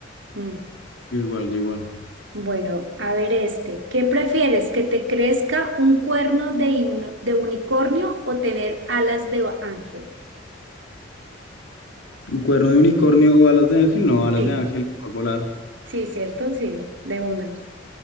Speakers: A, on the right (about 70°); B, on the left (about 85°).
A: Mm.
B: yo igual, yo igual.
A: Bueno, a ver este. ¿Qué prefieres? ¿Que te crezca un cuerno de, in- de unicornio o tener alas de ángel?
B: ¿Un cuerno de unicornio o alas de ángel? No, alas
A: Sí,
B: de ángel, mejor volar.
A: sí, ¿cierto? Sí, de una.